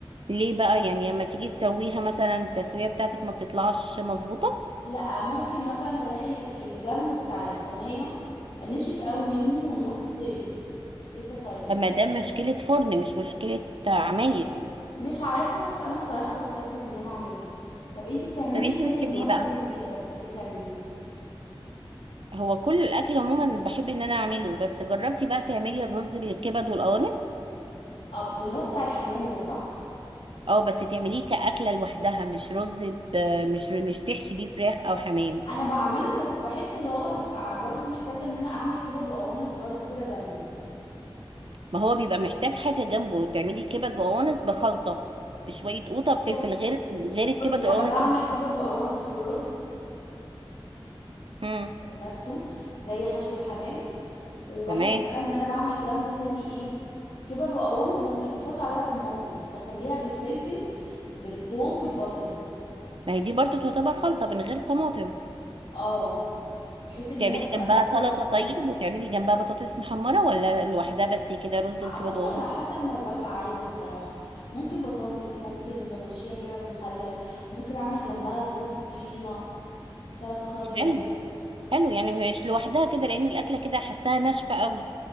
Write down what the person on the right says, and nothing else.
ليه بقى يعني لما تيجي تسويها مثلا التسويه بتاعتك ما بتطلعش مظبوطه
فما ده مشكله فرن مش مشكله عمايل
طب انتي
بتحبي
ايه بقى
هو كل الاكل عموما بحب ان انا اعمله بس جربتي بقى تعملي الرز بالكبد والقوانص
اه بس تعمليه كأكلة لوحدها مش رز ب... مش مش تحشي بيه فراخ او حمام
ما هو بيبقى محتاج حاجة جنبه تعملي كبد وقوانص بخلطة بشوية قوطة وفلفل
غير غير الكبد
والقوانص
اللي
امم
تمام
ما هي دي برضو تعتبر خلطة من غير طماطم
تعملي
جنبها
سلطة
طيب
وتعملي جنبها بطاطس محمرة ولا لوحدها بس كده رز وكبد
وقوانص
حلو حلو يعني مش لوحدها كده لان الاكله كده حاساها ناشفه قوي